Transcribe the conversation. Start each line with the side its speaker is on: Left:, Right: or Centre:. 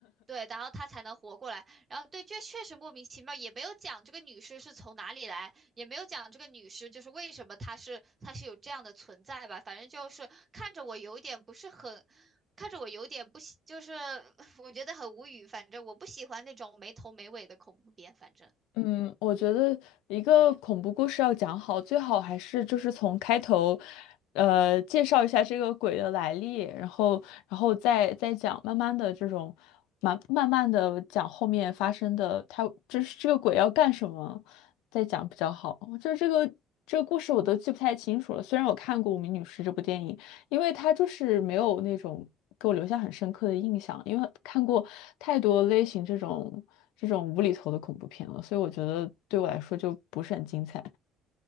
Right: 对，然后他才能活过来，然后对，这确实莫名其妙，也没有讲这个女尸是从哪里来，也没有讲这个女尸就是为什么她是她是有这样的存在吧，反正就是看着我有一点不是很。看着我有点不喜，就是 <laughs> 我觉得很无语。反正我不喜欢那种没头没尾的恐怖片。反正，
Left: 嗯，我觉得一个恐怖故事要讲好，最好还是就是从开头，呃，介绍一下这个鬼的来历，然后，然后再再讲，慢慢的这种，慢慢慢的讲后面发生的，他这是这个鬼要干什么，再讲比较好。就是这个这个故事我都记不太清楚了，虽然我看过《无名女尸》这部电影，因为它就是没有那种给我留下很深刻的印象，因为看过太多类型这种这种无厘头的恐怖片了，所以我觉得对我来说就不是很精彩。